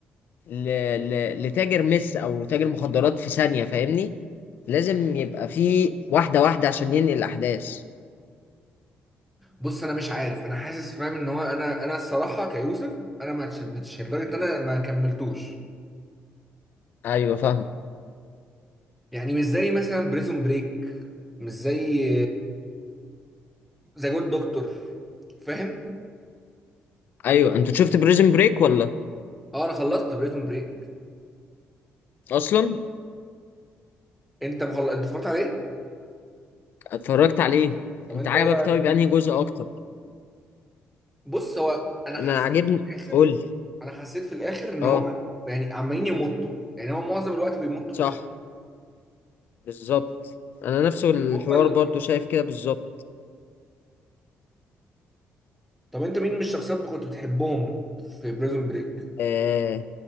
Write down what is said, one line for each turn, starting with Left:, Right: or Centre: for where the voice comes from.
Left: ل... ل... لتاجر مس او تاجر مخدرات في ثانية فاهمني لازم يبقى فيه واحدة واحدة عشان ينقل الاحداث
Centre: بص انا مش عارف انا حاسس فاهم ان هو انا انا الصراحه كيوسف انا ما اتشدتش لدرجه ان انا ما كملتوش
Left: ايوه فاهم
Centre: يعني مش زي مثلا بريزون بريك مش زي ذا جود دكتور فاهم
Left: ايوه انت شفت بريزن بريك ولا
Centre: اه انا خلصت بريزون بريك
Left: اصلا
Centre: انت مخلص انت اتفرجت عليه
Left: اتفرجت عليه
Centre: طب
Left: انت
Centre: انت
Left: عجبك
Centre: ايه رايك
Left: طيب
Centre: فيه
Left: انهي جزء اكتر
Centre: بص هو انا
Left: انا
Centre: حاسس
Left: عاجبني
Centre: في الاخر
Left: قول لي
Centre: انا حسيت في الاخر ان
Left: اه
Centre: هو يعني عمالين يمطوا يعني هو معظم الوقت بيمطوا
Left: صح
Centre: في الاحداث
Left: بالظبط انا نفس الحوار
Centre: المجمل
Left: برضو شايف كده بالظبط
Centre: طب انت مين من الشخصيات اللي كنت بتحبهم في بريزون بريك
Left: آه